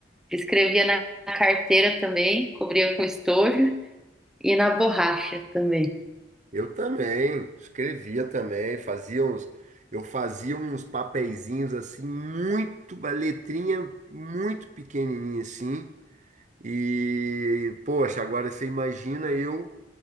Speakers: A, in the centre; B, on the right.
A: escrevia na carteira também, cobria com estojo e na borracha também.
B: Eu também, escrevia também, fazia uns, eu fazia uns papeizinhos assim, muito, uma letrinha muito pequenininha assim. E, poxa, agora você imagina eu